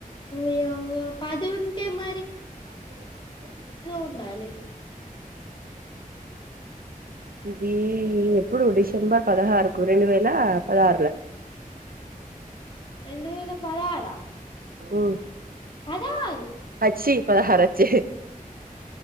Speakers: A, on the left; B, on the right.
A: ఓ అయ్వా ఉంటే మ
B: టీ ఆరు ఐదు
A: ఉండాలే
B: ఇది ఎప్పుడు డిసెంబర్ పదహారుకు రెండు వేల పదహారుల
A: రెండు వేల పదహార
B: ఉమ్
A: పదహారు
B: చ్చి పదహారు అచ్చే